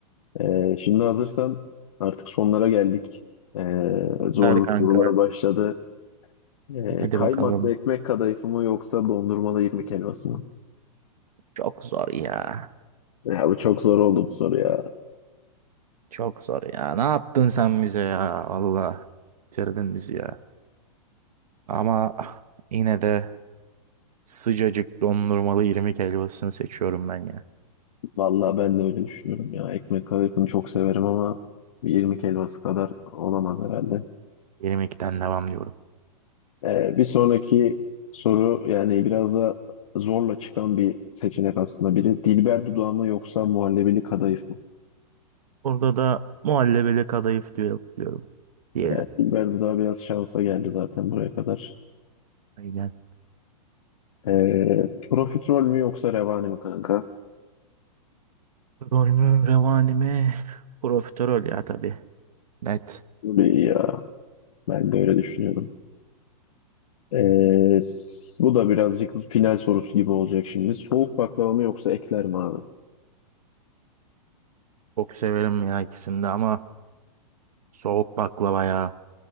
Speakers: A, on the left; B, on the right.
A: Ee, şimdi hazırsan artık sonlara geldik. Ee,
B: Süper
A: zorlu
B: kanka.
A: sorular başladı. Ee,
B: Hadi
A: kaymaklı
B: bakalım.
A: ekmek kadayıfı mı yoksa dondurmalı irmik helvası mı?
B: Çok zor ya.
A: Ya bu çok zor oldu bu soru ya.
B: Çok zor ya. Ne yaptın sen bize ya? Allah. Bitirdin bizi ya. Ama yine de sıcacık dondurmalı irmik helvasını seçiyorum ben ya.
A: Vallahi ben de öyle düşünüyorum ya. Ekmek kadayıfını çok severim ama bir irmik helvası kadar olamaz herhalde.
B: Benim ilkten devam diyorum.
A: Ee, bir sonraki soru yani biraz da zorla çıkan bir seçenek aslında biri. Dilber dudağı mı yoksa muhallebili kadayıf mı?
B: Orada da muhallebele kadayıf diyor, diyorum diyelim.
A: Yani Dilber Duda biraz şansa geldi zaten buraya kadar.
B: Aynen.
A: Ee, profiterol mü yoksa revani mi kanka?
B: Rol mü revani mi? Profiterol ya tabii. Net.
A: Böyle iyi Ya ben de öyle düşünüyorum. Ee, s- bu da birazcık final sorusu gibi olacak şimdi. Soğuk baklava mı yoksa ekler mi abi?
B: Çok severim ya ikisini de ama soğuk baklava ya.